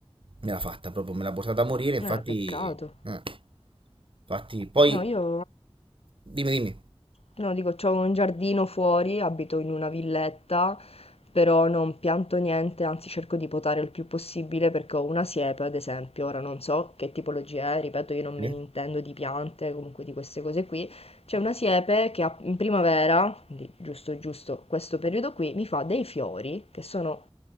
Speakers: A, on the right (about 60°); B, on the left (about 75°).
A: Me l'ha fatta proprio, me l'ha portata a morire, infatti...
B: Eh, peccato.
A: eh. Infatti, poi
B: No, io...
A: Dimmi, dimmi.
B: No, dico, c'ho un giardino fuori, abito in una villetta, però non pianto niente, anzi cerco di potare il più possibile perché ho una siepe, ad esempio, ora non so che tipologia è, ripeto, io non
A: Sì,
B: me ne intendo di piante, comunque di queste cose qui. C'è una siepe che a- in primavera, quindi giusto giusto questo periodo qui, mi fa dei fiori che sono